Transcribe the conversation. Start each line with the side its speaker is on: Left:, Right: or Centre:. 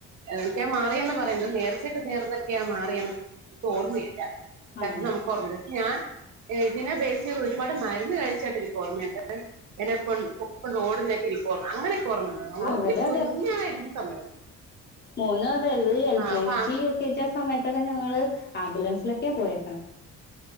Right: എന്തൊക്കെയാ മാറിന്ന് പറയുന്നു നേർച്ചക്കെ നേർന്ന് ഒക്കെയാ മാറിയെന്ന് എനിക്ക് ഓർമ്മയില്ല. <inaudible>
Left: ആണോ
Right: ഓർമ ഇല്ല ഞാൻ ഇതിനെ ബേസ് ചെയ്ത് ഒരുപാട് മരുന്ന് കഴിച്ചായിട്ട് എനിക്ക് ഓർമ്മയ്ണ്ട്. എന്നെ കൊ കൊപ്പ ഓടുന്നക്കെ ഇരിക അങ്ങനൊക്കെഓർമ്മണ്ട് അത്
Left: ആഹ്
Right: ഒത്തിരി
Left: ഇവരെ
Right: കുഞ്ഞായിരുന്ന സമയ
Left: മോനോ അതായത് എൽ കെ
Right: അപ്പൊ അ-
Left: ജി യു കെ ജി ആ സമയത്തൊക്കെ ഞങ്ങള് ആംബുലൻസിലൊക്കെ പോയേക്ക്ണെ.